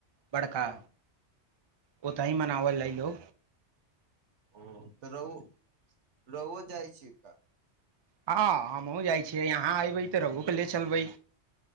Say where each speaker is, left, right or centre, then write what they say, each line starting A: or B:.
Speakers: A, on the right; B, on the right.
A: बड़का
B: हँ
A: ओ त ह म नावल ल लौ
B: ओ त ओ रुउवा जाइ छै का
A: हँ हमहुँ जाइ छियै यहाँ अयबै तऽ रहहुके ले चलबै